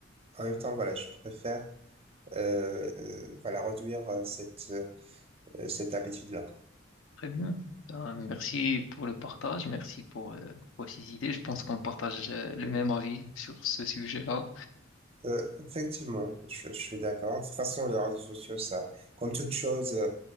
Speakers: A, on the right; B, on the left.
A: en même temps, voilà, je préfère euh, euh, voilà, réduire euh, cette, euh, cette habitude-là.
B: Très bien. Ben, merci pour le partage, merci pour, euh, pour ces idées. Je pense qu'on partage euh, le même avis sur ce sujet-là.
A: Euh, effectivement, je, je suis d'accord. De toute façon, les réseaux sociaux, ça, comme toute chose, euh,